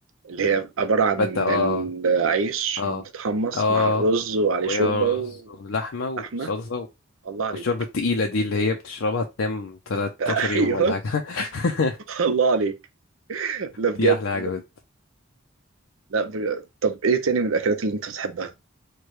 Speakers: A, on the right (about 85°); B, on the left (about 75°).
A: اللي هي عباره عن
B: فته اه
A: العيش
B: اه
A: متتحمص
B: اه
A: مع الرز وعليه
B: ويا
A: شوربه
B: رز ولحمه وصلصه
A: ولحمه الله عليك
B: والشوربه التقيله دي اللي هي بتشربها تنام 13
A: <laughs>
B: يوم
A: ايوه
B: ولا حاجه <laughs>
A: الله عليك لا بجد
B: دي احلى حاجه
A: لا بجد. طب ايه تاني من الاكلات اللي انت بتحبها